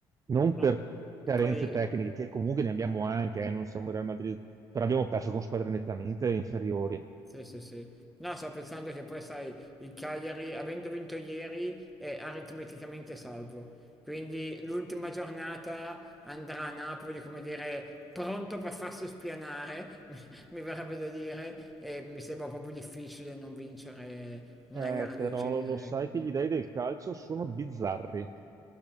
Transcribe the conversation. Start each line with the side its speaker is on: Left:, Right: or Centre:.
Right: Non
Centre: No,
Right: per carenze
Centre: Poi
Right: tecniche, che comunque ne abbiamo anche, eh, non siamo il Real Madrid, però abbiamo perso con squadre nettamente inferiori.
Centre: Sì, sì, sì. No, sto pensando che poi, sai, il Cagliari, avendo vinto ieri, è aritmeticamente salvo. Quindi l'ultima giornata andrà a Napoli, come dire, pronto per farsi spianare, <laughs> mi verrebbe da dire, e mi sembra proprio difficile non vincere una
Right: Eh,
Centre: gara del
Right: però
Centre: genere,
Right: lo sai
Centre: ecco.
Right: che gli dei del calcio sono bizzarri.